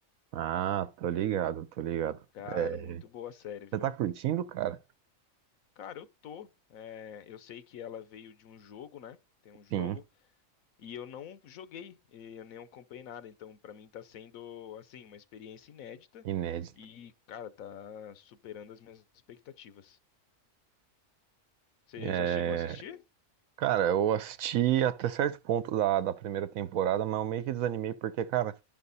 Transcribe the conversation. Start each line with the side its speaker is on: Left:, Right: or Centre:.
Right: Ah, tô ligado, tô ligado.
Left: Cara,
Right: É,
Left: muito boa a série, viu?
Right: Você tá curtindo, cara?
Left: Cara, eu tô. é, eu sei que ela veio de um jogo, né? Tem um jogo,
Right: Sim,
Left: e eu não joguei, e eu nem acompanhei nada, então pra mim tá sendo, assim, uma experiência inédita
Right: inédito.
Left: e, cara, tá superando as minhas expectativas. Você
Right: É,
Left: já chegou a assistir?
Right: cara, eu assisti até certo ponto da, da primeira temporada, mas eu meio que desanimei porque, cara,